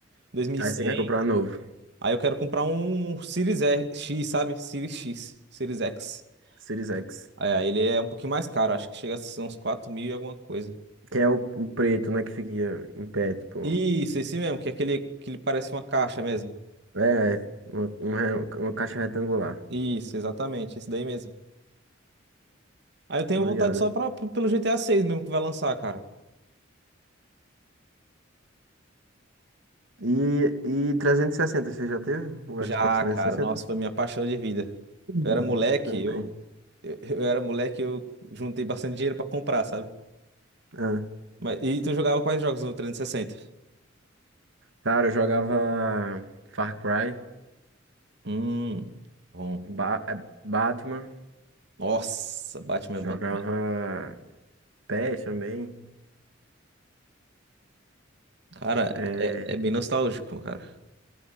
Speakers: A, on the right; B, on the right.
A: dois mil e
B: Aí
A: cem.
B: você quer comprar novo,
A: Aí eu quero comprar um Series E- X, sabe? Series X, Series X.
B: Series X.
A: Aí, ele é um pouquinho mais caro, acho que chega a ser uns quatro mil e alguma coisa.
B: Que é o, o preto, né? Que fica em pé, tipo.
A: Isso, esse mesmo, que é aquele que ele parece uma caixa mesmo.
B: É, uma, uma, re- uma caixa retangular.
A: Isso, exatamente, esse daí mesmo. Aí eu tenho
B: Tô
A: vontade
B: ligado.
A: só pra, pelo GTA 6 mesmo que vai lançar, cara.
B: E, e 360, você já teve? O
A: Já,
B: Xbox 360?
A: cara, nossa, foi minha paixão de vida.
B: Hum.
A: Eu era moleque,
B: Também.
A: eu, eu, eu era moleque, eu juntei bastante dinheiro pra comprar, sabe?
B: Ah.
A: Mas, e tu jogava quais jogos no 360?
B: Cara, eu jogava Far Cry,
A: Hum, bom.
B: Ba- eh, Batman,
A: Nossa, Batman
B: jogava
A: é bom também.
B: PES também.
A: Cara,
B: É,
A: é, é bem nostálgico, cara.